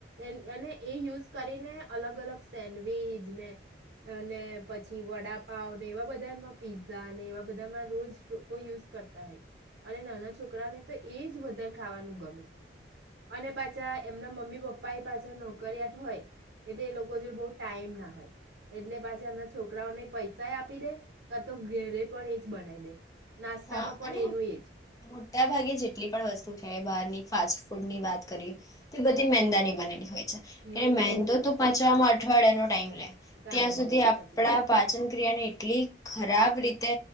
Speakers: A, on the right; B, on the left.
A: એ અને એ યુઝ કરીને અલગ અલગ સેન્ડવીચ ને અને પછી વડાપાવ ને એવા બધા એમાં પીઝા ને એવા બધામાં રોજ લોકો યુઝ કરતા હોય અને નાના છોકરાને તો એ જ વધારે ખાવાનું ગમે અને પાછા એમના મમ્મી પપ્પા એ પાછા નોકરીયાટ હોય એટલે એ લોકો જોડે બહ ટાઈમ ના હોય એટલે પાછા હમણાં છોકરાઓને પૈસાએ આપી દે ક તો ઘેરે પણ એ જ બનાવી દે નાસ્તામાં
B: હા
A: પણ
B: અને
A: એનું એ જ
B: મોટા ભાગે જેટલી પણ વસ્તુ છે બહારની ફાસ્ટ ફૂડ ની વાત કરીએ તો બધી મેંદાની બનેલી હોય
A: હમ
B: મેંદો તો પંચવા માટે અઠવાડિયાનો ટાઈમ
A: ટાઈમ
B: ત્યાં સુધી
A: જાય
B: આપડા
A: સાચી વાત છે.
B: પાચન ક્રિયાની એટલી ખરાબ રીતે